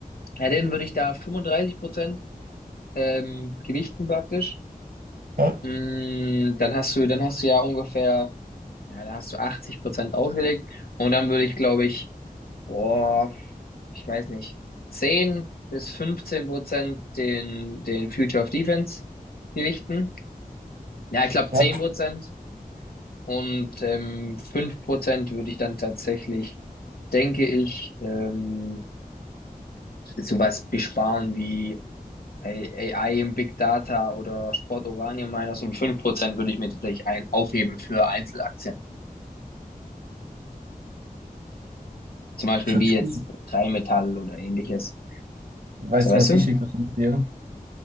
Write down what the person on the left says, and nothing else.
ja, denen würde ich da 35 Prozent ähm, gewichten praktisch.
Mm, Dann hast du, dann hast du ja ungefähr, ja, da hast du 80 Prozent ausgelegt und dann würde ich, glaube ich, boah, ich weiß nicht, 10 bis 15 Prozent den, den Future of Defense gewichten. Ja, ich glaube
10 Prozent und ähm, 5 Prozent würde ich dann tatsächlich, denke ich, ähm, sowas besparen wie Ey, AI im Big Data oder Sport Uranium Miners um 5% würde ich mir tatsächlich ein aufheben für Einzelaktien. Zum Beispiel
wie
jetzt
Rheinmetall oder ähnliches.
So, weißt
du?